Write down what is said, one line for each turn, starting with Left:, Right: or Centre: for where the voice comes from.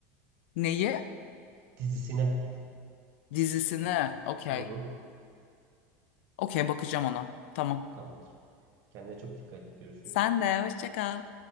Left: Neyi?
Right: Dizisine.
Left: Dizisini. Okey.
Right: Hı hı.
Left: Okey bakacağım ona. Tamam.
Right: Tamamdır. Kendine çok dikkat et. Görüşürüz.
Left: Sen de hoşça kal.